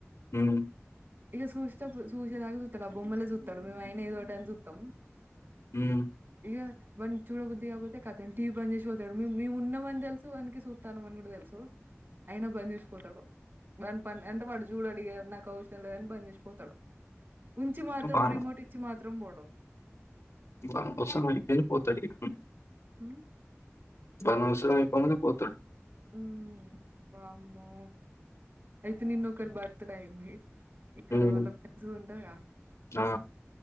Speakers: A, on the left; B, on the right.
A: హుమ్
B: ఇక చూస్తే చూసేదాకా చూస్తాడు ఆ బొమ్మలే చూస్తాడు మేముయినా ఏదో ఒకటిని చూస్తాం
A: హ్మ్
B: ఇగ వాని చూడ బుద్ధది కాకపోతే కథం టీవీ బంద్ చేసిపోతాడు మేము మేము ఉన్నామ అని తెలుసు అనకి చూతాం అని కూడా తెలుసు అయినా బంద్ చేసిపోతాడు బంద పని అంటే వాడు చూడు ఇగ నాకు అవసరం లేదని బని చేసిపోతాడు ఉంచి మాత్రం
A: వాన్
B: రిమోట్ ఇచ్చి మాత్రం పోడూ
A: వాళ్ళ కోస అయ్యిపోయింది పోతాడూ ఇగ
B: హమ్
A: వానీ అవసరం అయిపోగానే పోతాడు
B: ఉ వామ్మో అయితే నిన్న ఒకరు బర్త్ డే అయింది ఇక్కడ
A: హ్మ్
B: వాళ్ళ ఫ్రెండ్స్ ఉంటాదిగా
A: ఆ